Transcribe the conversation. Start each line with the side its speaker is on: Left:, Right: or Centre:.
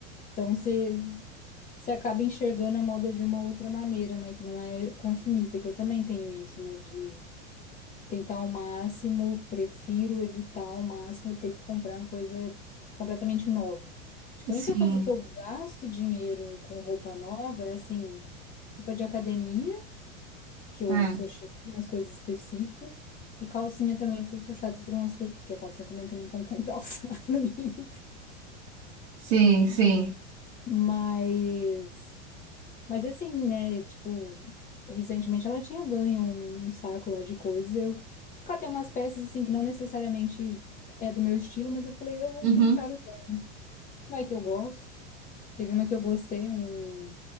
Left: Então, você você acaba enxergando a moda de uma outra maneira, né? Que não é consumista, que eu também tenho isso, né? De tentar ao máximo, prefiro evitar ao máximo ter que comprar uma coisa completamente nova. Acho que
Right: Sim,
Left: a única coisa que eu gasto dinheiro com roupa nova é assim, roupa de academia, que eu
Right: é.
Left: sou chata em umas coisas específicas, e calcinha também, porque eu sou chata por umas coisas, porque a calcinha também tem nem como comprar <laughs> alçada, né?
Right: Sim, sim.
Left: Mas. Mas assim, né, tipo, recentemente ela tinha ganho um, um saco lá de coisas. Eu catei umas peças assim que não necessariamente é do meu estilo, mas eu falei, eu vou
Right: Uhum,
Left: tentar usar. Vai que eu gosto. Teve uma que eu gostei, um